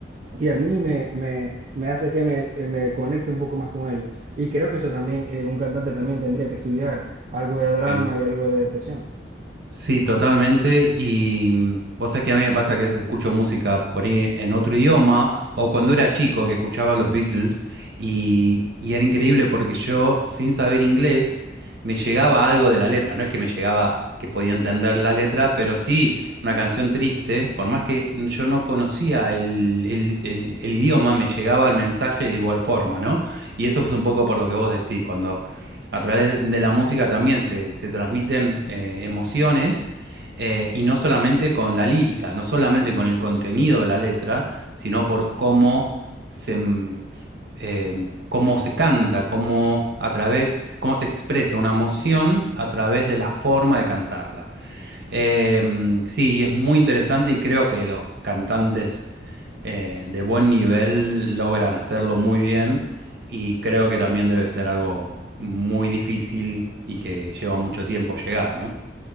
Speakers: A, on the right; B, on the right.
A: Y a mí me, me, me hace que me, eh, me conecte un poco más con ellos. Y creo que eso también, eh, un cantante también tendría que estudiar algo de drama
B: Sí.
A: y algo de actuación.
B: Sí, totalmente. Y mm, vos sabés que a mí me pasa que a veces escucho música por ahí en otro idioma o cuando era chico que escuchaba los Beatles y, y era increíble porque yo sin saber inglés me llegaba algo de la letra. No es que me llegaba que podía entender la letra, pero sí una canción triste, por más que yo no conocía el, el el- el idioma, me llegaba el mensaje de igual forma, ¿no? Y eso es un poco por lo que vos decís, cuando a través de la música también se, se transmiten eh, emociones eh, y no solamente con la lírica, no solamente con el contenido de la letra, sino por cómo se, mm, eh, cómo se canta, cómo a través, cómo se expresa una emoción a través de la forma de cantarla. Eh, sí, y es muy interesante y creo que los cantantes eh, de buen nivel logran hacerlo muy bien y creo que también debe ser algo muy difícil y que lleva mucho tiempo llegar, ¿no?